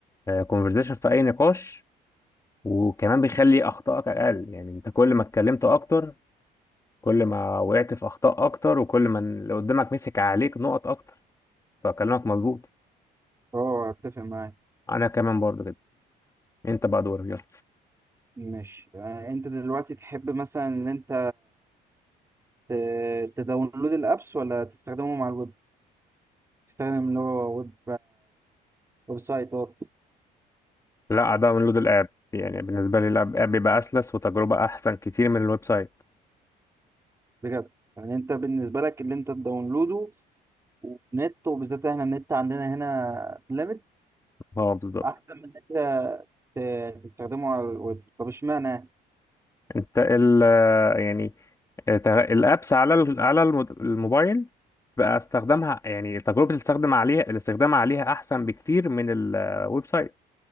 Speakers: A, on the left; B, on the right.
A: كونفرزيشن في اي نقاش وكمان بيخلي اخطائك اقل يعني انت كل ما اتكلمت اكتر كل ما وقعت في اخطاء اكتر وكل ما اللي قدامك مسك عليك نقط اكتر فكلامك مظبوط
B: أه أتفق معاك
A: انا كمان برضو كده انت بقى دورك يلا
B: ماشي يعني أنت دلوقتي تحب مثلا إن أنت ت- تداونلود الأبس ولا تستخدمه مع الويب؟ تستخدم اللي هو ويب ويب سايتات
A: لا ده من لود الاب يعني بالنسبه لي الاب آب بيبقى اسلس وتجربه احسن كتير من الويب سايت
B: بجد يعني انت بالنسبه لك اللي انت تداونلوده ونت وبالذات احنا النت عندنا هنا ليميت
A: <laughs> اه بالظبط
B: احسن من ان انت ت- تستخدمه على الويب طب اشمعنى
A: انت ال آه، يعني الت- الابس على ال- على المد- الموبايل بقى استخدامها يعني تجربه الاستخدام عليها الاستخدام عليها احسن بكتير من الويب سايت